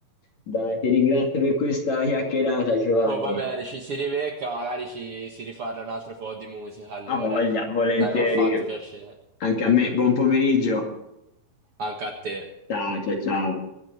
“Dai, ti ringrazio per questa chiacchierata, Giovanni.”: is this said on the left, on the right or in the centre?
Left